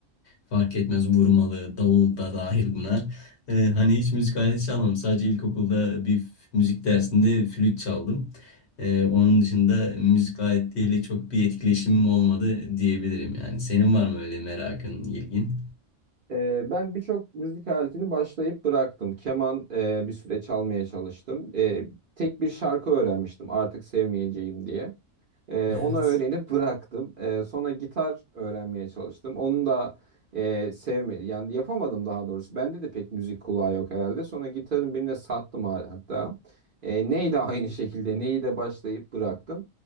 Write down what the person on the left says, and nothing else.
fark etmez vurmalı, davul da dahil buna. E, hani hiç müzik aleti çalmadım. Sadece ilkokulda bir f- müzik dersinde flüt çaldım. E, onun dışında müzik aletiyle çok bir etkileşimim olmadı diyebilirim yani. Senin var mı öyle merakın, ilgin?
Evet.